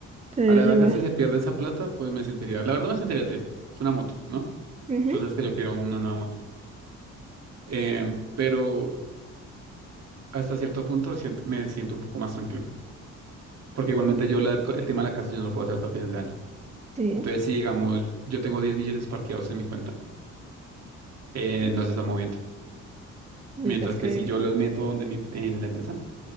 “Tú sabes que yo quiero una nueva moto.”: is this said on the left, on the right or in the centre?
Right